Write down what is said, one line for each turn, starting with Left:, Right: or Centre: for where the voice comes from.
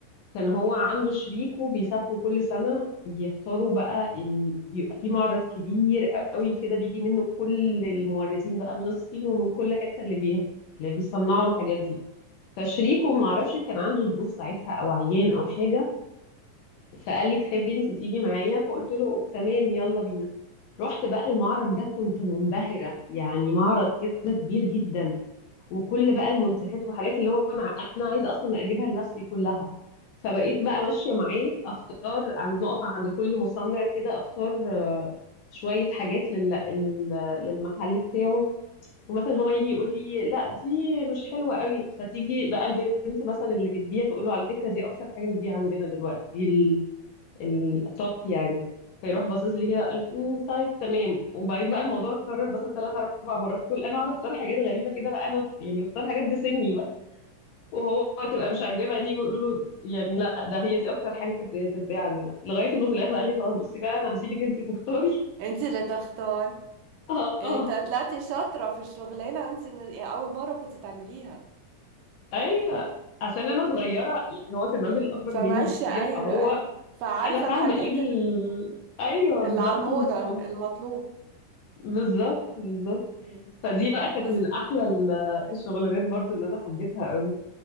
Left: كان هو عنده شريكه بيسافروا كل سنة يختاروا بقى ال... بيبقى في معرض كبير قوي كده بيجي منه كل الموردين بقى من الصين ومن كل حتة اللي بي... اللي بيصنعوا الحاجات دي فشريكه معرفش كان عنده ظروف ساعتها او عيان او حاجة فقال لي تحبي انت تيجي معايا فقلت له تمام يلا بينا رحت بقى المعرض ده كنت منبهرة يعني معرض كده كبير جدا وكل بقى المنتجات وحاجات اللي هو انا انا عايزه اصلا اجيبها لنفسي كلها فبقيت بقى ماشيه معاه اختار عند نقف عند كل مصنع كده اختار آه، شويه حاجات لل... لل... للمحل بتاعه ومثلا هو يجي يقول لي لا دي مش حلوه قوي فتيجي بقى البنت مثلا اللي بتبيع تقول له على فكره دي اكتر حاجه بتبيع عندنا دلوقتي دي التوب يعني فيروح باصص لي كده قال "أمم، طيب تمام وبعدين بقى الموضوع اتكرر مثلا ثلاث اربع مرات كل انا اقعد اختار حاجات غريبه كده بقى انا يعني اختار حاجات بسني بقى وهو تبقى مش عاجباه بعدين يقولوا له يعني لا ده هي دي اكتر حاجه بتتباع عندنا لغايه انه في الاخر قال لي خلاص بصي بقى انا هسيبك انت تختاري
Right: انت اللي تختار
Left: <laughs> اه
Right: يعني
Left: اه
Right: انت طلعتي شاطرة في الشغلانة وانت من... يعني أول مرة كنت تعمليها
Left: ايوه عشان انا صغيره يعني هو كان راجل اكبر
Right: فماشية
Left: مني بكتير
Right: أيوة
Left: فهو
Right: أيوة فعارفة
Left: انا فاهمه
Right: الحاجات
Left: ايه ال...
Right: ال... مم.
Left: ايوه بالظبط
Right: اللي على الموضة
Left: من 18
Right: المطلوب
Left: بالظبط بالظبط
Right: مم.
Left: فدي بقى كانت
Right: بس
Left: من احلى ال- الشغلانات برضو اللي انا حبيتها قوي